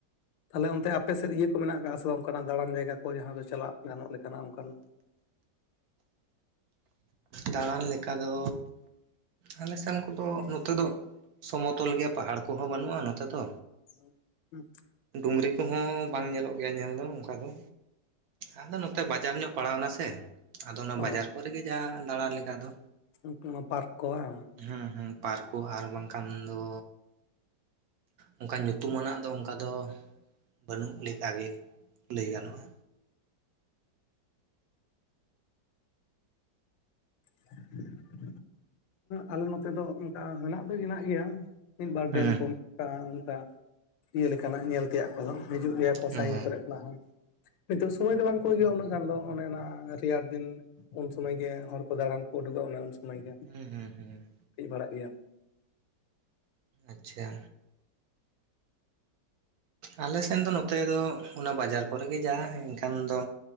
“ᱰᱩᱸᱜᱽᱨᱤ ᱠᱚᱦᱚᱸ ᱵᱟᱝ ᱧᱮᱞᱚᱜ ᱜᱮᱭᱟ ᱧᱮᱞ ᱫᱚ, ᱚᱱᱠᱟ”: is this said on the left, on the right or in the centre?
Right